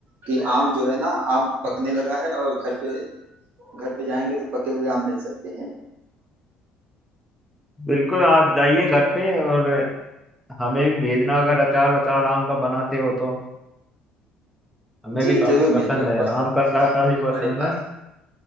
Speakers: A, on the right (about 50°); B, in the centre.
A: कि आम जो है ना आम पकने लगा है और घर पे घर पे जाएंगे तो पके हुए आम मिल सकते हैं
B: बिल्कुल आप जाइए घर पे और हमें भी भेजना अगर अचार वचार आम का बनाते हो तो हमें
A: जी
B: भी काफी
A: जरूर
B: पसंद
A: मिलेगा
B: है
A: वह सब
B: आम का
A: मिलेगा
B: अचार काफी
A: जो हमारे
B: पसंद
A: पास
B: है